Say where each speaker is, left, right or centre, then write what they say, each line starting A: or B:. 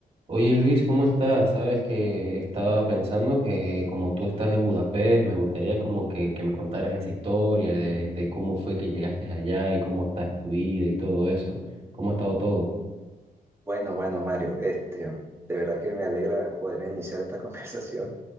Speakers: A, on the right; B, on the right.
A: Oye Luis, ¿cómo estás? Sabes que estaba pensando que como tú estás en Budapest, me gustaría como que, que me contaras esa historia de, de cómo fue que llegaste allá y cómo está tu vida y todo eso. ¿Cómo ha estado todo?
B: Bueno, bueno, Mario, este, de verdad que me alegra poder iniciar esta <laughs> conversación